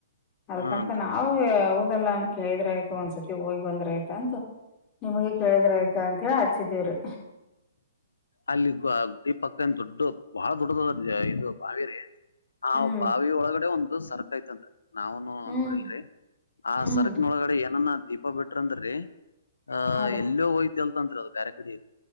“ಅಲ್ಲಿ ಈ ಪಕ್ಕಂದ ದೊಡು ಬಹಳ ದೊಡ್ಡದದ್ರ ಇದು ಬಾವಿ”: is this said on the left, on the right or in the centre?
Left